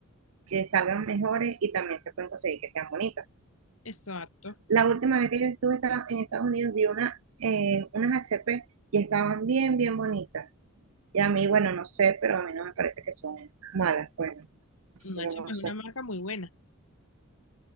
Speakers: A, on the right; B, on the left.
A: que salgan mejores y también se pueden conseguir que sean bonitas.
B: exacto.
A: La última vez que yo estuve en Estados Unidos vi una, eh, unas HP y estaban bien, bien bonitas. Y a mí, bueno, no sé, pero a mí no me parece que son malas, bueno,
B: Nacho
A: pero no
B: es
A: sé.
B: una marca muy buena.